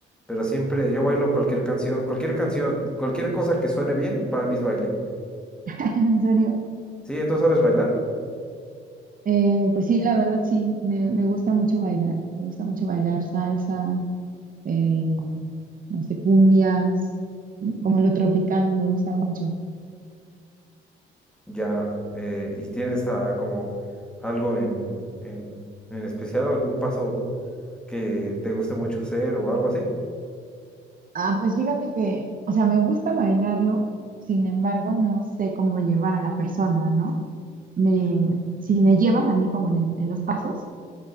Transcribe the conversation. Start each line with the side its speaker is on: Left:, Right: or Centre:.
Centre: Pero siempre yo bailo cualquier canción, cualquier canción, cualquier cosa que suene bien, para mí es baile.
Right: <laughs> En serio.
Centre: sí tú sabes bailar,
Right: Eh, pues sí, la verdad sí, me, me gusta mucho bailar. Me gusta mucho bailar salsa, eh, no sé, cumbias, como lo tropical, me gusta mucho.
Centre: ya. eh, y tienes ah, como algo en, en, en especial, algún paso que te guste mucho hacer o algo así.
Right: Ah, pues fíjate que, o sea, me gusta bailarlo, sin embargo, no sé cómo llevar a la persona, ¿no? Me, si me llevan a mí como en, el- en los pasos.